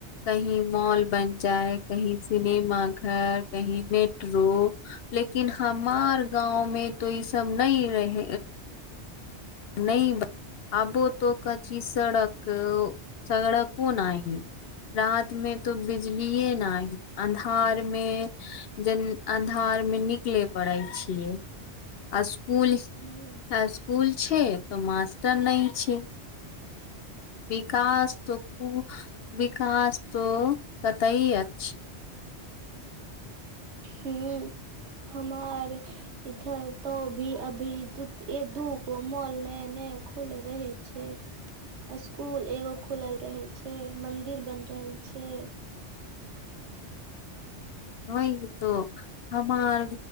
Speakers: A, on the left; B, on the right.
A: कही मॉल बन जाय कहीं सिनेमा घर कही मेट्रो लेकिन हमार गाँंव में तो ई सब नइ रह नइ आबो तोक कच्ची सड़क सड़कों न ह रात मे तो बिजलीए नाइ अन्धार मे जे अनहार में निकले पड़े छियै आ स्कूल
B: हूँ
A: स्कूल छै त मास्टर नइ छै
B: <inaudible>
A: विकास त कूल विकास तो कतैइ अछ
B: हूँ हमार इधर तो भी अभी दु दूगो मॉल नये नये खुले रहे छै
A: <inaudible>
B: स्कूल एगो खुलल रहे छै मंदिर बनि रहल छै
A: वहीं तो हमार